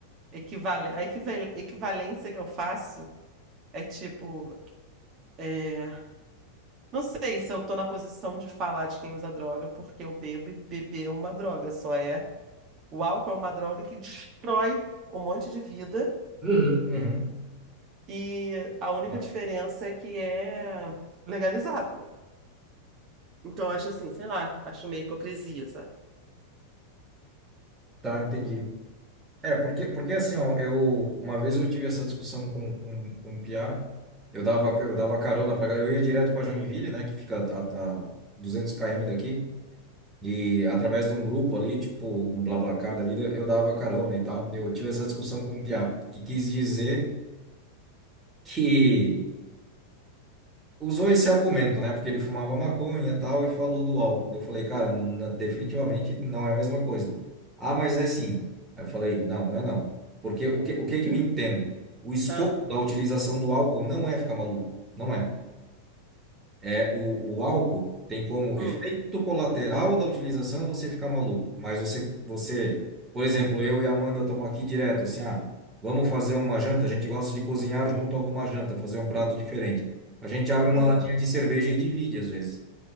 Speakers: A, on the right; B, on the right.
A: equivale, a equival- equivalência que eu faço é tipo, é, não sei se eu tô na posição de falar de quem usa droga, porque eu bebo e beber é uma droga, só é. O álcool é uma droga que destrói um monte de vida
B: Uhum. Uhum.
A: e a única
B: Mas.
A: diferença é que é legalizado, né? Então, eu acho assim, sei lá, acho meio hipocrisia, sabe?
B: Tá, entendi. É, porque, porque assim, ó, eu uma vez eu tive essa discussão com, com, com o Piá, eu dava, eu dava carona pra galera, eu ia direto pra Joinville, né, que fica a, a 200 km daqui, E através de um grupo ali, tipo um BlaBlaCar da vida, eu dava carona e tal. Eu tive essa discussão com o Piá, que quis dizer que usou esse argumento, né? Porque ele fumava maconha e tal e falou do álcool.
A: Uhum.
B: Eu falei, cara, na- definitivamente não é a mesma coisa. Ah, mas é sim. Aí eu falei, não, não é não. Porque o que, o que que eu entendo? O escopo
A: Ah,
B: da utilização do álcool não é ficar maluco. Não é. É, o, o álcool tem como
A: hum.
B: efeito colateral da utilização você ficar maluco. Mas você, você, por exemplo, eu e a Amanda estamos aqui direto, assim, ah, vamos fazer uma janta. A gente gosta de cozinhar junto a alguma janta, fazer um prato diferente. A gente abre uma
A: Uhum.
B: latinha de cerveja e divide, às vezes.